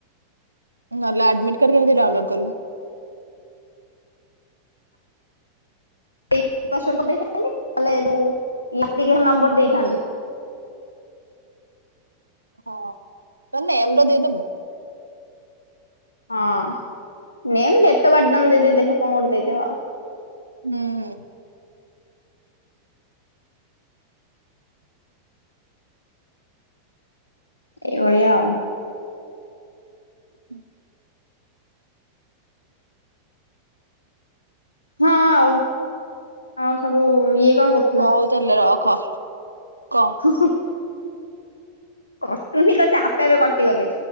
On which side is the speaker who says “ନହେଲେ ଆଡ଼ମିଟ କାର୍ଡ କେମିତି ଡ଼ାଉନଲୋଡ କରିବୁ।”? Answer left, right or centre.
Right